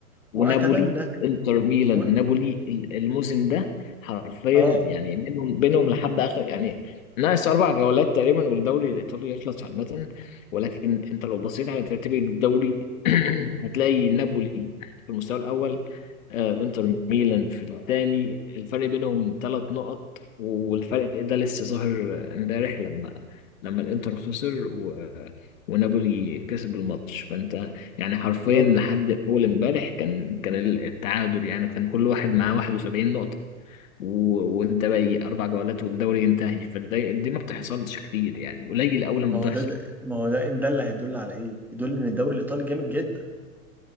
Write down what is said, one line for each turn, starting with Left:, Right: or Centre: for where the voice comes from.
Centre: واتمنى
Left: ونابولي انتر ميلان
Centre: و...
Left: ونابولي ال- الموسم ده حرفيا
Centre: اه
Left: يعني بينهم بينهم لحد اخر يعني ناقص اربع جولات تقريبا والدوري الايطالي يخلص عامه ولكن انت لو بصيت على ترتيب الدوري <clears throat> هتلاقي نابولي في المستوى الاول آه، انتر ميلان في الثاني الفرق بينهم ثلاث نقط والفرق ده لسه ظاهر آه، امبارح لما لما الانتر خسر و... آه، ونابولي كسب الماتش فانت يعني حرفيا
Centre: بالظبط
Left: لحد اول امبارح كان كان التعادل يعني كان كل واحد معاه 71 نقطة و... وانت باقي اربع جولات والدوري ينتهي فدي دي ما بتحصلش كتير يعني قليل اول
Centre: ما
Left: ما
Centre: هو
Left: تحصل
Centre: ده ما هو ده ان ده اللي هيدل على ايه؟ يدل ان الدوري الايطالي جامد جدا